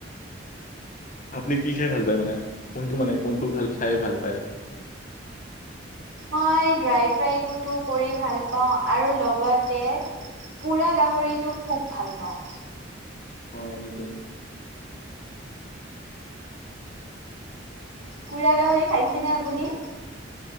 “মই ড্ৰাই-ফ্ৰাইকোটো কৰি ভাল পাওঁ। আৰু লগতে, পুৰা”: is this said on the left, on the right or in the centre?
Right